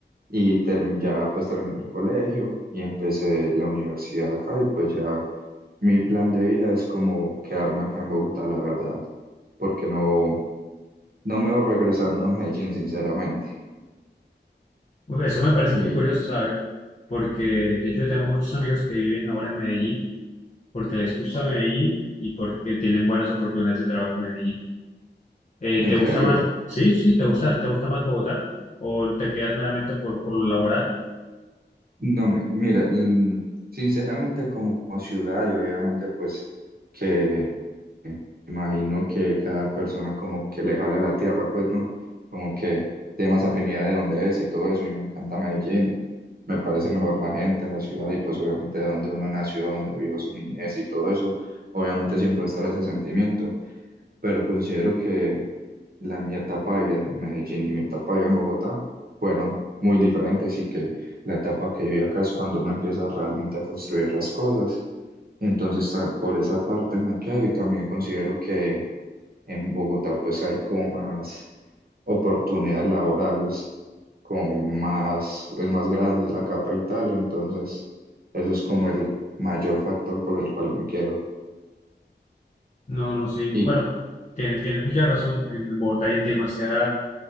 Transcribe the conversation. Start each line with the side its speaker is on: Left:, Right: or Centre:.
Right: Y term- ya pues terminé el colegio y empecé la universidad acá y pues ya mi plan de vida es como quedarme acá en Bogotá, la verdad, porque no, no me voy regresando a Medellín, sinceramente.
Left: Pues eso me parece
Right: Y
Left: muy curioso, ¿sabes? Porque de hecho yo tengo muchos amigos que viven ahora en Medellín porque les gusta Medellín y porque tienen buenas oportunidades de trabajo en Medellín. Eh,
Right: en
Left: ¿te gusta
Right: serio.
Left: más? Sí, sí, ¿te gusta, te gusta más Bogotá? ¿O te quedas meramente por, por lo laboral?
Right: No, mi- mira, mm, sinceramente como ciudad y obviamente pues que imagino que cada persona como que le jala la tierra, pues no, como que tiene más afinidad de dónde es y todo eso y me encanta Medellín, me parece mejor la gente, la ciudad y pues obviamente donde uno nació, donde vivió su niñez y todo eso, obviamente siempre va a estar ese sentimiento pero considero que la, mi etapa de vida en Medellín y mi etapa de vida en Bogotá fueron muy diferentes y que la etapa que viví acá es cuando uno empieza realmente a construir las cosas. Entonces, ah, por esa parte me quedo y también considero que en Bogotá pues hay como más oportunidades laborales, como más, es más grande es la capital, entonces eso es como el mayor factor por el cual me quedo.
Left: No, no, sí.
Right: ¿Y
Left: Bueno, tienes, tienes mucha razón. En en Bogotá hay demasiada